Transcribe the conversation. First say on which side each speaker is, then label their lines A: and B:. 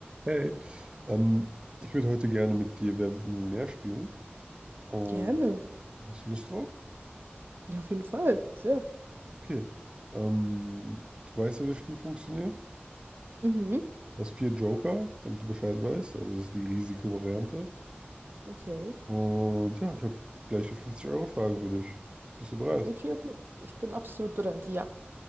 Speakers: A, on the right; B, on the right.
A: Hey, ähm, ich würde heute gerne mit dir Wer wird Millionär spielen. Und
B: Gerne.
A: hast du Lust drauf?
B: Ja, auf jeden Fall. Sehr.
A: Okay. Ähm, du weißt ja, wie das Spiel funktioniert.
B: Mhm.
A: Du hast vier Joker, damit du Bescheid weißt. Also das ist die Risikovariante.
B: Okay.
A: Und ja, ich habe gleich die 50-Euro-Frage für dich. Bist du bereit?
B: Okay, okay. Ich bin absolut bereit. Ja.